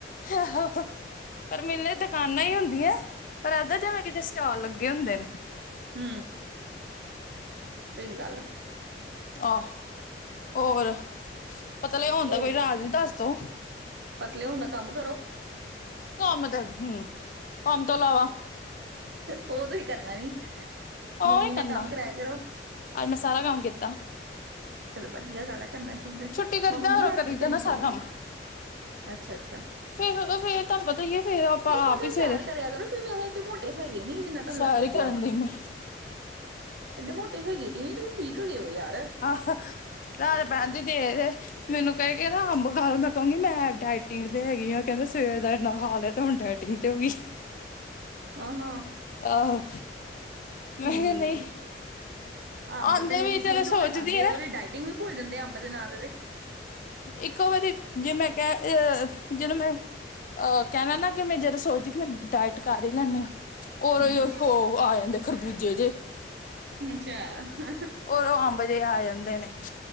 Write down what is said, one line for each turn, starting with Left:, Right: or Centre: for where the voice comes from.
Left: ਆਓ ਪਰ ਮਿਲਨੀ ਆ ਦੁਕਾਨਾਂ ਹੀ ਹੁੰਦੀਆਂ ਪਰ ਇਦਾਂ ਜਿਵੇਂ ਕਿਤੇ ਸਟੋਲ ਲੱਗੇ ਹੁੰਦੇ ਨੇ
Right: ਹੂ ਸਹੀ ਗੱਲ ਆ
Left: ਆਹ ਹੋਰ ਪਤਾ ਲੱਗਾ ਹੁਣ
Right: ਹੋਰ
Left: ਕੋਈ ਰਾਜ ਹੀ ਦੱਸ ਦੋ
Right: ਪਤਲੇ ਹੋਣ ਦਾ ਕੰਮ ਕਰੋ
Left: ਕੰਮ ਦੇ ਹੂ ਕੰਮ ਤੋਂ ਇਲਾਵਾ
Right: ਉਹ ਤੁਸੀਂ ਕਰਨਾ ਨੀ
Left: ਉਹੀ
Right: ਮੰਮੀ ਨਾਲ
Left: ਕਰਨਾ
Right: ਕੰਮ ਕਰਾਇਆ ਕਰੋ
Left: ਅੱਜ ਮੈਂ ਸਾਰਾ ਕੰਮ ਕੀਤਾ
Right: ਚਲੋ ਵਧੀਆ ਗੱਲ ਹੈ ਕਰਨਾ ਚਾਹੀਦਾ
Left: ਛੁੱਟੀ ਕਰੀਦਾ
Right: ਮੰਮੀ ਦੀ
Left: ਔਰ
Right: ਹੈਲਪ
Left: ਕਰੀਦਾ
Right: ਵੀ ਕਰਨੀ
Left: ਨਾ ਸਾਰਾ
Right: ਚਾਹੀਦੀ
Left: ਕੰਮ
Right: ਅੱਛਾ ਅਛਾ
Left: ਫਿਰ ਫਿਰ ਤੁਹਾਨੂੰ ਪਤਾ ਹੀ ਹੈ ਫਿਰ ਆਪਾਂ
Right: ਨਹੀਂ ਕੋਠੇ
Left: ਆਪ ਹੀ
Right: ਸੈਰ
Left: ਸਵੇਰੇ
Right: ਕਰਿਆ ਕਰੋ ਤੁਸੀਂ ਵੈਸੇ ਏਡੇ ਮੋਟੇ ਹੈਗੇ ਨੀ ਜਿੰਨਾ ਤੁਹਾਨੂੰ
Left: ਸਾਰੀ
Right: ਲੱਗਣ ਡਿਆ
Left: ਕਰਨ
Right: ਵਾ
Left: ਦੀ ਮੈਂ
Right: ਏਡੇ ਮੋਟੇ ਹੈਗੇ ਤੇ ਤੁਸੀਂ ਠੀਕ ਹੈ ਗਏ ਹੋ ਯਾਰ
Left: ਅਫ ਨਾਲੇ ਬੰਨ ਦੇ ਦੀ ਮੈਨੂੰ ਕਹਿ ਕੇ ਨਾ ਅੰਬ ਖਾ ਲਓ ਮੈਂ ਕਹੂੰਗੀ ਮੈਂ ਡਾਇਟਿੰਗ ਤੇ ਹੈਗੀ ਹੈ ਕਹਿੰਦੇ ਸਵੇਰ ਦਾ ਇਨਾ ਖਾ ਲਿਆ ਤੇ ਹੁਣ ਡਾਇਟਿੰਗ ਤਿੰਨ ਤੇ ਉਹ ਵੀ
Right: <unintelligible>
Left: ਆਹੋ ਮੈਰ
Right: ਠੀਕ
Left: ਨਹੀਂ
Right: ਹੈ ਅੰਬ
Left: ਆਉਂਦੇ
Right: ਲੋਕੀ
Left: ਵੀ ਚਲੋ
Right: ਖੁਸ਼
Left: ਸੋਚਦੀ
Right: ਹੋ ਕੇ ਖਾਂਦੇ ਆ ਉਹਦੀ ਡਾਇਟਿੰਗ ਭੁੱਲ ਜਾਂਦੇ ਆ ਅੰਬ ਦੇ ਨਾਮ ਤੇ
Left: ਇੱਕੋ ਵਾਰੀ ਜੇ ਮੈਂ ਕਿਹਾ ਅ ਜਦੋਂ ਮੈਂ ਅਹ ਕਹਿਣਾ ਨਾ ਕਿ ਮੈਂ ਜਦੋਂ ਸੋਚਦੀ ਕਿ ਮੈ ਡਾਇਟ ਕਰ ਹੀ ਇਹਦੇ ਨਾਲ
Right: ਹਮ
Left: ਹੋ ਆ ਜਾਂਦੇ ਖਰਬੂਜੇ ਜੇ
Right: ਅੱਛਾ
Left: ਉਦੋਂ ਅੰਬ ਜੇ ਆ ਜਾਂਦੇ ਨੇ।